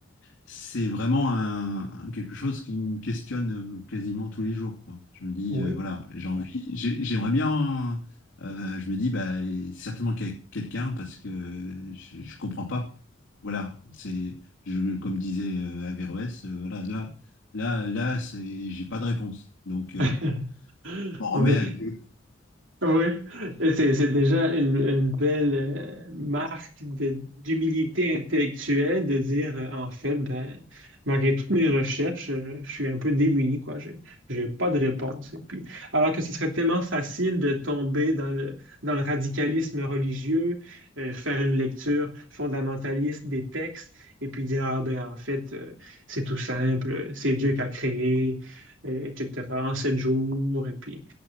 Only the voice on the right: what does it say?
Oui.
<laughs>
Oui,
Oui, Et c'est c'est déjà une, une belle euh, marque de- d'humilité intellectuelle de dire, euh, en fait, ben, malgré toutes mes recherches, euh, je suis un peu démuni, quoi. J'ai, j'ai pas de réponse. Et puis, alors que ce serait tellement facile de tomber dans le, dans le radicalisme religieux, euh, faire une lecture fondamentaliste des textes et puis dire, ah ben, en fait, euh, c'est tout simple, c'est Dieu qui a créé, euh, etc., en sept jours, et puis